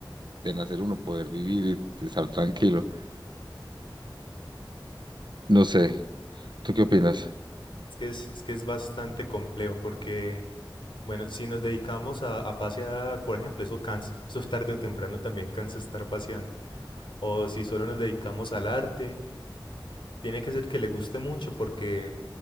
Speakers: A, on the right; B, on the left.
A: de nacer uno, poder vivir y estar tranquilo. No sé, ¿tú qué opinas?
B: Es que es, es que es bastante complejo porque Bueno, si nos dedicamos a, a pasear, por ejemplo, eso cansa, <laughs> eso tarde o temprano también cansa estar paseando. O si solo nos dedicamos al arte, tiene que ser que le guste mucho porque